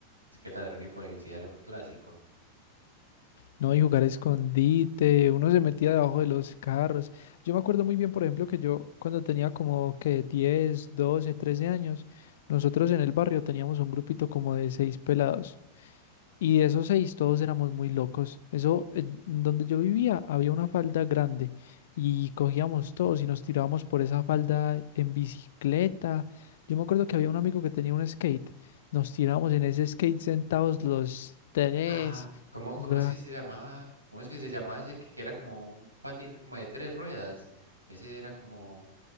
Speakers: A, on the right; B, on the left.
A: Es que ladrón y policía era un clásico.
B: No, y jugar a escondite, uno se metía debajo de los carros. Yo me acuerdo muy bien, por ejemplo, que yo cuando tenía como que 10, 12, 13 años, nosotros en el barrio teníamos un grupito como de seis pelados. Y de esos seis todos éramos muy locos. Eso, en donde yo vivía había una falda grande y cogíamos todos y nos tirábamos por esa falda en bicicleta. Yo me acuerdo que había un amigo que tenía un skate. Nos tirábamos en ese skate sentados los tres.
A: Ah, ¿cómo,
B: Eso
A: cómo
B: era
A: es que se llamaba? ¿Cómo es que se llamaba ese que era como un patín como de tres ruedas? Ese era como